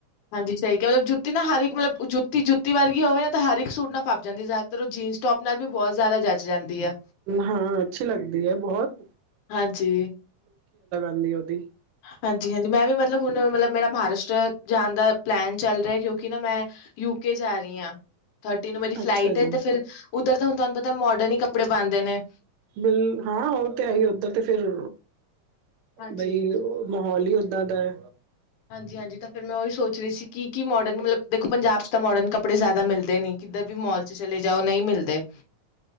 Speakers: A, on the left (about 75°); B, on the right (about 85°).
A: ਹਾਂਜੀ ਸਹੀ ਕਿਹਾ ਮਤਲਬ ਜੁੱਤੀ ਨਾ ਹਰ ਇੱਕ ਮਤਲਬ ਜੁੱਤੀ ਜੁੱਤੀ ਵਰਗੀ ਹੋਵੇ ਨਾ ਤਾਂ ਹਰ ਇੱਕ ਸੂਟ। ਨਾਲ ਫੱਬ ਜਾਂਦੀ ਜ਼ਿਆਦਾਤਰ ਉਹ ਜੀਨਸ ਟੋਪ ਨਾਲ। ਵੀ ਬਹੁਤ ਜ਼ਿਆਦਾ ਜੱਚ ਜਾਂਦੀ ਆ।
B: ਹਾਂ, ਅੱਛੀ ਲੱਗਦੀ ਹੈ ਬਹੁਤ।
A: ਹਾਂਜੀ।
B: ਨਹੀਂ ਉਹਦੀ।
A: ਹਾਂਜੀ ਹਾਂਜੀ ਮੈਂ ਵੀ ਮਤਲਬ ਹੁਣ ਮਤਲਬ ਮੇਰਾ ਮਹਾਰਾਸ਼ਟਰ ਜਾਣ ਦਾ। ਪਲੈਨ ਚੱਲ ਰਿਹਾ ਕਿਉਂਕਿ ਨਾ ਮੈਂ? ਯੂਕੇ ਜਾ ਰਹੀ ਆ, ਥਰਟੀ ਨੂੰ ਮੇਰੀ
B: ਅੱਛਾ
A: ਫਲਾਈਟ
B: ਜੀ
A: ਏ ਤੇ ਫਿਰ ਉੱਧਰ ਤਾਂ ਹੁਣ ਤੁਹਾਨੂੰ ਪਤਾ ਮੋਡਰਨ ਹੀ ਕੱਪੜੇ ਪਾਉਂਦੇ ਨੇ।
B: ਬਿਲ ਹਾਂ, ਉਹ ਤੇ ਆਈ ਉੱਧਰ ਤੇ ਫਿਰ
A: ਹਾਂਜੀ।
B: ਬਈ ਮਾਹੌਲ ਹੀ ਓਦਾਂ ਦਾ ਐ।
A: ਹਾਂਜੀ ਹਾਂਜੀ, ਤਾਂ ਫਿਰ ਮੈਂ ਉਹੀ ਸੋਚ ਰਹੀ ਸੀ ਕਿ ਕੀ ਮੋਡਰਨ ਮਤਲਬ ਦੇਖੋ, ਪੰਜਾਬ 'ਚ ਤਾਂ ਮੋਡਨ ਕੱਪੜੇ ਜ਼ਿਆਦਾ ਮਿਲਦੇ ਨੀ। ਕਿੱਧਰ ਵੀ ਮੋਲ ਚ ਚਲੇ ਜਾਉ ਨਹੀਂ ਮਿਲਦੇ।